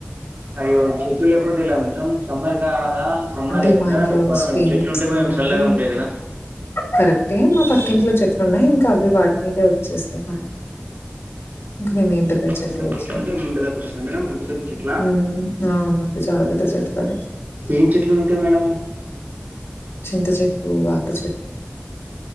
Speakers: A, on the right; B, on the left.
A: అయ్యో చెట్లు <unintelligible> మేడం సమ్మర్ కాద సమ్మర్
B: అంటే
A: ఎప్పుడైన
B: మా ఇంట్లో
A: పెట్టుకోవాలే
B: స్పేస్
A: మేడం చెట్టుంటే
B: లేదండి
A: కొంచెం సల్లగ్ ఉంటది కదా
B: కరెక్టే మా పక్కింట్లో చెట్లు ఉన్నాయి ఇంకా అవి వాటి మీదే వచ్చేస్తే మా ఇంక మేం పెద్దగ చెట్లు
A: ఇంట్లో
B: ఎట్లేదు
A: ఉంటే మీ ఇంటి దాకా వస్తాయా మేడం అంత పెద్ద చెట్లా
B: హ్మ్ అవునండి చాలా పెద్ద చెట్లే
A: ఏం చెట్లు ఉంటాయి మేడం
B: చింత చెట్టు వ్యాప చెట్